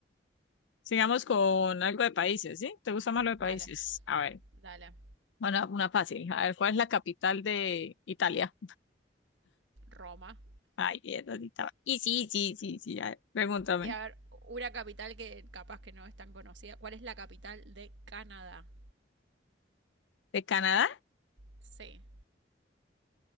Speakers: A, on the left; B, on the right.
A: Sigamos con algo de países, ¿sí? ¿Te gusta más lo de países?
B: <laughs> dale,
A: A ver,
B: dale.
A: bueno, una fácil. A ver, ¿cuál es la capital de Italia?
B: Roma.
A: Ay, bien, ¿dónde estaba? Y sí, sí, sí, sí. a ver, pregúntame.
B: Y a ver, una capital que capaz que no es tan conocida. ¿Cuál es la capital de Canadá?
A: ¿De Canadá?
B: Sí.